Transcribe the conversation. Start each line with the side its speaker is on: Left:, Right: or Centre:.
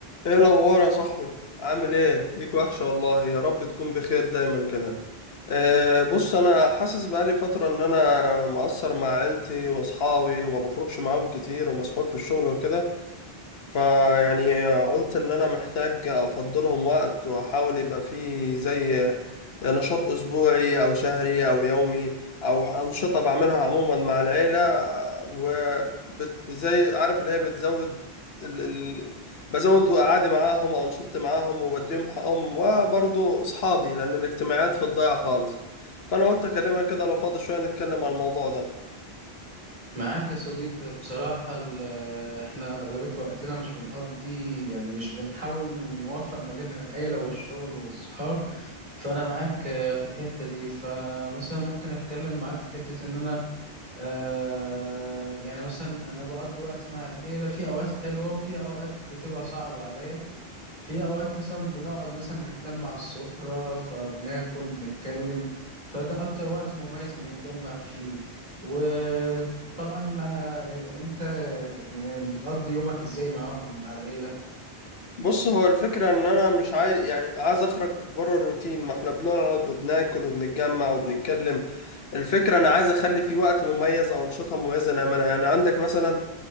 Left: ايه الاخبار يا صاحبي عامل ايه ليك وحشه والله يا رب تكون بخير دايما كده أه بص انا حاسس بقالي فتره ان انا مقصر مع عيلتي واصحابي وما بخرجش معاهم كتير ومسحول في الشغل وكده فيعني قلت ان انا محتاج افضلهم وقت واحاول يبقى فيه زي نشاط أسبوعي أو شهري أو يومي أو أنشطة بعملها عموما مع العيلة وزي عارف اللي هي بتزود ال... ال... بزود قعدي معاهم أو أنشطتي معاهم وبديهم حقهم وبرضه أصحابي لأن الاجتماعات في الضيعة خالص فأنا قلت أكلمك كده لو فاضي شوية نتكلم عن الموضوع ده
Right: معاك يا صديقي بصراحة ال- احنا أغلبية وقتنا مش بنقضي يعني مش بنحاول نوفق ما بين العيلة والشغل والصحاب فأنا معاك آه، في الحتة دي فمثلا ممكن أتكلم معاك في حتة إن أنا آه يعني مثلا أنا بقضي وقت مع العيلة في أوقات حلوة وفي أوقات بتبقى صعبة عليا في اوقات مثلا بنقعد مثلا بنتلم على السفرة فبناكل بنتكلم فده اكتر وقت مميز بنتجمع فيه وطبعا آه، انت يعني بتقضي يومك ازاي معاهم مع العيلة
Left: بص هو الفكرة إن أنا مش عايز يعني عايز أخرج بره الروتين ما إحنا بنقعد وبناكل وبنتجمع وبنتكلم الفكرة أنا عايز أخلي في وقت مميز أو أنشطة مميزة نعملها يعني عندك مثلا